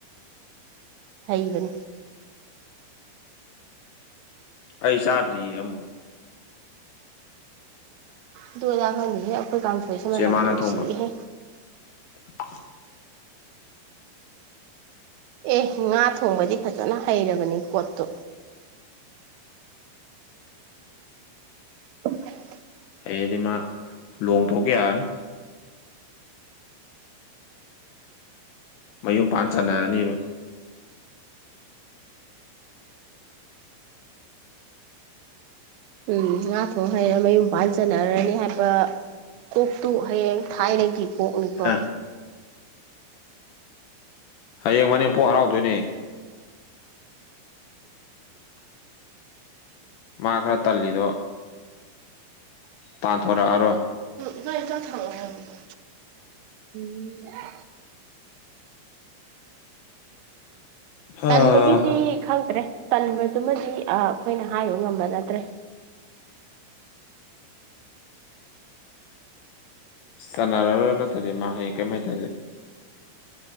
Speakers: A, on the right; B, on the left.
A: ꯍꯩꯕꯅꯤ
B: ꯑꯩ ꯆꯥꯗ꯭ꯔꯤꯌꯦ ꯑꯃꯕꯨ
A: ꯑꯗꯨ ꯑꯗꯥ ꯈꯪꯗꯦꯍꯦ ꯑꯩꯈꯣꯏ ꯀꯥꯡꯁꯣꯏꯁꯦ ꯃꯅꯝꯗꯤ
B: ꯆꯦ ꯃꯥꯅ
A: ꯅꯨꯡꯁꯤꯍꯦ
B: ꯊꯣꯡꯕ <inaudible>
A: ꯑꯦ ꯉꯥ ꯊꯣꯡꯕꯗꯤ ꯐꯖꯅ ꯍꯩꯔꯕꯅꯤ ꯀꯣꯠꯇꯣ <inaudible>
B: ꯍꯩꯔꯗꯤ ꯃꯥ ꯂꯨꯍꯣꯡ ꯊꯣꯛꯈꯤ ꯌꯥꯔꯅꯤ ꯃꯌꯨꯝ ꯄꯥꯟ ꯆꯟꯅꯔꯅꯤꯕ
A: ꯎꯝ ꯉꯥ ꯊꯣꯡ ꯍꯩꯔ ꯃꯌꯨꯝ ꯄꯥꯟ ꯆꯟꯅꯔꯅꯤ ꯍꯥꯏꯕ ꯀꯣꯛꯇꯨ ꯍꯌꯦꯡ ꯊꯥꯏꯅꯒꯤ ꯀꯣꯛꯅꯤꯀꯣ
B: ꯑ ꯍꯌꯦꯡ ꯃꯅꯦꯝꯄꯣꯛ ꯍꯔꯥꯎꯗꯣꯏꯅꯦ ꯃꯥ ꯈꯔ ꯇꯜꯂꯤꯗꯣ ꯇꯥꯟꯊꯣꯔꯛꯑꯔꯣꯏ
A: ꯏꯃꯥꯒꯤ ꯆꯥꯛ <unintelligible> ꯎꯝ <inaudible>
B: ꯍꯥ
A: ꯇꯟꯕꯒꯤꯗꯤ
B: ꯍꯥ
A: ꯈꯪꯗ꯭ꯔꯦ ꯇꯟꯕ ꯑꯗꯨꯃꯗꯤ ꯑ ꯑꯩꯈꯣꯏꯅ ꯍꯥꯏꯔꯨ ꯉꯝꯕ ꯅꯠꯇ꯭ꯔꯦ
B: ꯆꯟꯅꯔꯔꯣꯏ ꯅꯠꯇ꯭ꯔꯗꯤ ꯃꯥ ꯍꯌꯦ ꯀꯩꯝ ꯍꯩꯇ꯭ꯔꯗꯤ